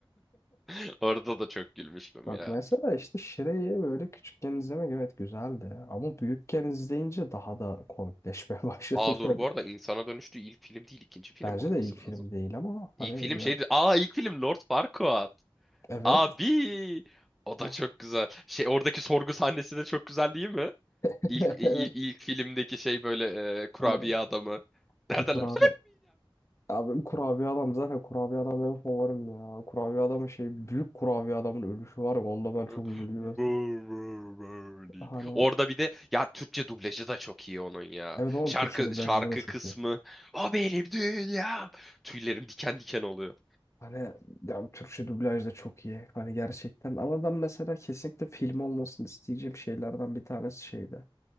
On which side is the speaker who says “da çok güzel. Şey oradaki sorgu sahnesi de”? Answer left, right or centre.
Centre